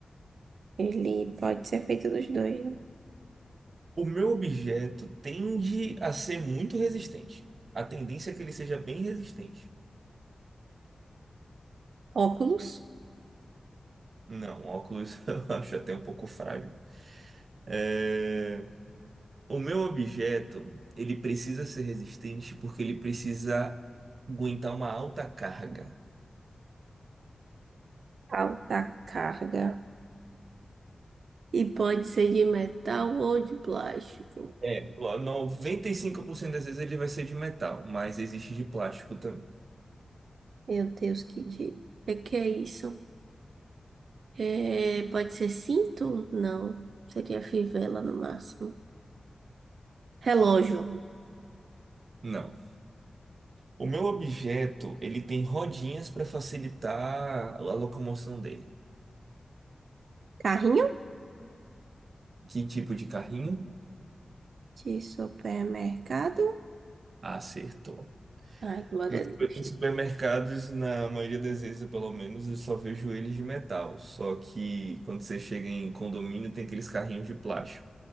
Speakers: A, on the right; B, on the right.
A: ele pode ser feito dos dois, né?
B: O meu objeto tende a ser muito resistente. A tendência é que ele seja bem resistente.
A: Óculos,
B: Não, óculos <laughs> eu acho até um pouco frágil. É, O meu objeto, ele precisa ser resistente porque ele precisa aguentar uma alta carga.
A: alta carga. E pode ser de metal ou de plástico.
B: É, ó, 95% das vezes ele vai ser de metal, mas existe de plástico também.
A: Meu Deus, que dia. É que é isso? É, pode ser cinto? Não. Seria fivela no máximo. Relógio.
B: Não. O meu objeto, ele tem rodinhas para facilitar a locomoção dele.
A: Carrinho?
B: Que tipo de carrinho?
A: De supermercado?
B: Acertou.
A: Ai, glória
B: Nos
A: a
B: super-
A: Deus.
B: nos supermercados, na maioria das vezes, eu, pelo menos, eu só vejo eles de metal. Só que quando você chega em condomínio, tem aqueles carrinhos de plástico.